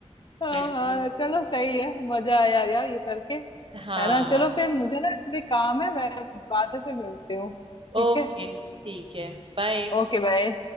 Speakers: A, on the left; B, on the right.
A: हाँ
B: बिल्कुल
A: हाँ चलो सही है मजा आया यार ये करके
B: हाँ
A: है ना चलो फिर मुझे ना इसलिए काम है मैं बाद में फिर मिलती हूँ ठीक
B: ओके
A: है
B: ठीक है बाय
A: Okay bye